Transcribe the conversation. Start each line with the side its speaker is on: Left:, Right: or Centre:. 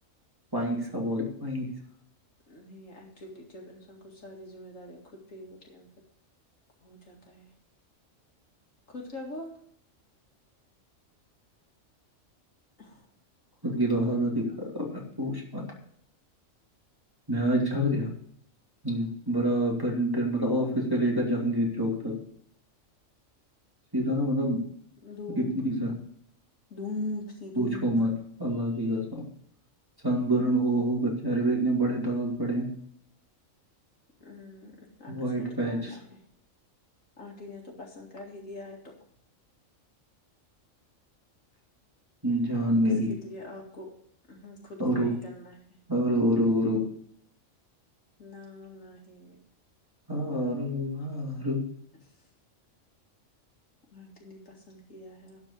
Right: پیسا بولے پیسہ
Left: نہیں ایکچولی جب انسان کو ساری ذمہ داریاں خود پہ ہی ہوتی ہیں پھر ہو جاتا ہے خود کا بو <unintelligible>
Right: خود کی تو ہالت ہی خراب ہے پوش مت میں آج جل گیاہو بڑا <unintelligible> پرٹ مطلب آفس سے لے کر جہانگیر چوک تک سیدھا نا مطلب
Left: دھوپ
Right: اتنی سا
Left: دھوپ سی دھوپ
Right: پوچھو مت اللہ کی قسم سن برن <unintelligible> ہو ہو بچیا ر اتنے بڑے داغ پڑے
Left: ہوں آب
Right: وائٹ
Left: کس کو دکھانا
Right: پیچ
Left: ہے آنٹی نے تو پسند کر ہی دیا ہے تو
Right: جان
Left: اب
Right: میری
Left: کس کے لیے آپ کو <unintelligible> خود
Right: اور
Left: کو یہ کرنا ہے
Right: اور اور اور
Left: نام نہیں
Right: ہ رو آارو
Left: <inaudible> آنٹی نے پسند کیا ہے